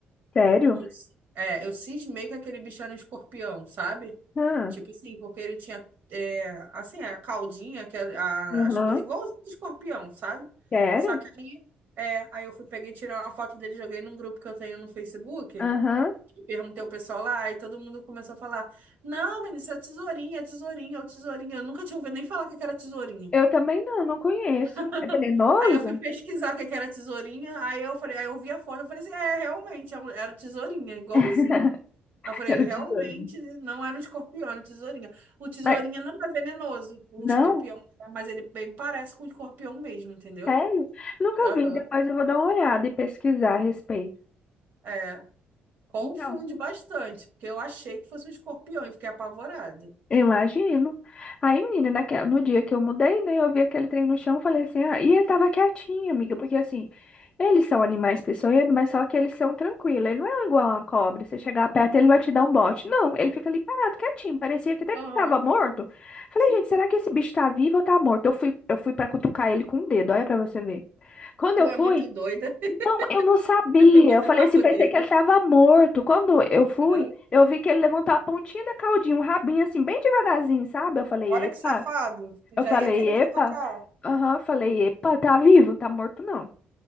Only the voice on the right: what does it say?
E eu c- É, eu cismei que aquele bicho era um escorpião, sabe?
Tipo assim, porque ele tinha, é, assim, a caldinha, que é a,
as coisas, igual os escorpião, sabe?
Só que aí, é, aí eu fui, peguei, tirei uma foto dele, joguei num grupo que eu tenho no Facebook,
e perguntei ao pessoal lá, e todo mundo começou a falar, não, menino, isso é tesourinha, é tesourinha, é o tesourinha. Eu nunca tinha ouvido nem falar que que era tesourinha.
<laughs>
Aí eu fui pesquisar o que que era tesourinha, aí eu falei, aí eu vi a foto, eu falei assim, é, realmente, é um- era um tesourinha, igualzinho.
Aí eu falei,
realmente
não era um escorpião, era um tesourinha. O tesourinha
não é venenoso, o
escorpião, é, mas ele bem parece com o escorpião mesmo, entendeu?
Aham.
É, confunde
bastante, porque eu achei que fosse um escorpião e fiquei apavorada.
Aham.
Sim,
tu
é
muito doida. <laughs>
Tu foi cutucar
com
o dedo.
Aham.
Olha
que safado, já
ia querer
te atacar.